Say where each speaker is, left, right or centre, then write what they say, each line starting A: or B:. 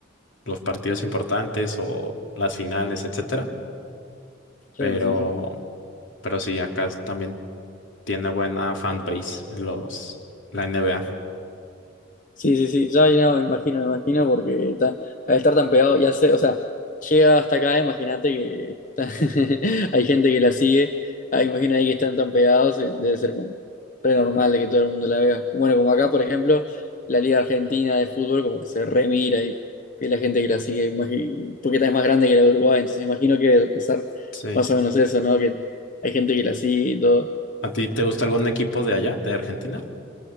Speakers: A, on the left; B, on the left.
A: los partidos importantes o las finales, etcétera. Pero,
B: claro, sí, sí.
A: pero sí, acá también tiene buena fanbase en los, la NBA.
B: Sí, sí, sí, ya no, me imagino, me imagino, porque ta- al estar tan pegado, ya sé, o sea, llega hasta acá, imagínate que ta- <laughs> hay gente que la sigue, ah, imagino ahí que están tan pegados, eh, debe ser como re normal de que todo el mundo la vea. Bueno, como acá, por ejemplo, la Liga Argentina de Fútbol como que se remira y que la gente que la sigue, imagi- porque esta es más grande que la de Uruguay, entonces imagino que debe pasar
A: Sí.
B: más o menos eso, ¿no? Que hay gente que la sigue y todo.
A: ¿A ti te gusta algún equipo de allá, de Argentina?